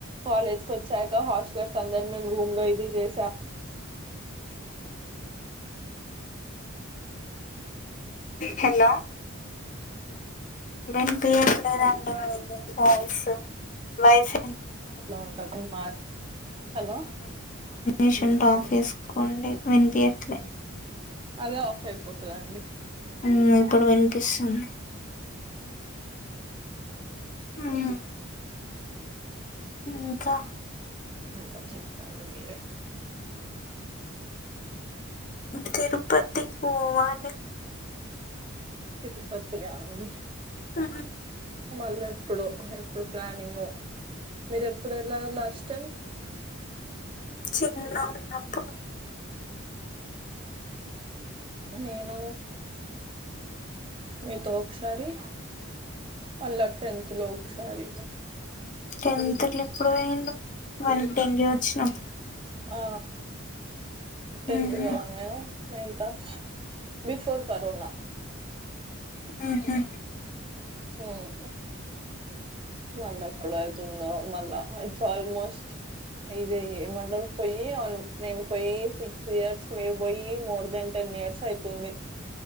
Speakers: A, on the right; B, on the left.
A: కాలేజ్ కు వచ్చాక హాస్టలర్స్ అందరు మేము రూమ్ లో ఇది చేసాం
B: హలో ఎన్పిఎఫలే రండ మంది బయిస్ <unintelligible> వైఫై
A: లో ఉంటది మా హలో
B: ఆషన్ టఫ్ చే <unintelligible> కుండే వినిపియట్లే
A: అదే ఆఫ్ అయిపోతదండి
B: ఉం ఇప్పుడు వినిపిస్తుంది ఉం ఇంకా
A: ఇంకా చెప్పాలి మీరే
B: తిరుపతికి పోవాలె
A: తిరుపతి కా అండి
B: ఆ
A: మళ్ళా ఎప్పుడు ఎప్పుడు ప్లానింగ్ మీరు ఎప్పుడు వెళ్ళ లాస్ట్ టైం
B: చి <unintelligible> ఉన్నప్పుడు
A: నేను మీతో ఒకసారి మల్ల టెన్త్ లో ఒకసారి
B: టెంతర్లు ఎప్పుడు వేయండి వెనకి డెంగ్యూ వచ్చినప్పుడు <unintelligible>
A: ఆ టెన్త్
B: ఉమ్
A: కదా నేను నైన్త బిఫోర్ కరోనా
B: ఆహా
A: ఓ మల్ల కుడతు ఉంద మల్ <unintelligible> ఆల్మోస్ట్ ఇది ఏమంటరు పోయి ఆ నేను పోయి సిక్స్ ఇయర్స్ మీరు పోయి మోర్ దన్ టెన్ ఇయర్స్ అయితుంది